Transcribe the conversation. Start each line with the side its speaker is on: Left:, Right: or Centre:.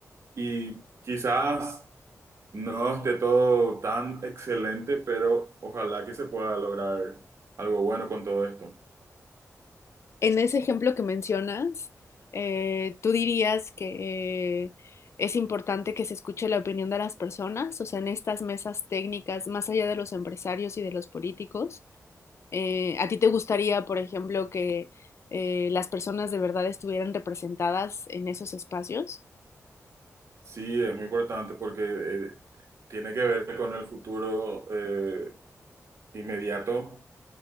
Right: Y quizás no esté todo tan excelente, pero ojalá que se pueda lograr algo bueno con todo esto.
Left: En ese ejemplo que mencionas, eh, ¿tú dirías que eh, es importante que se escuche la opinión de las personas? O sea, en estas mesas técnicas, más allá de los empresarios y de los políticos, eh, ¿a ti te gustaría, por ejemplo, que eh, las personas de verdad estuvieran representadas en esos espacios?
Right: Sí, es muy importante porque eh, tiene que ver con el futuro eh, inmediato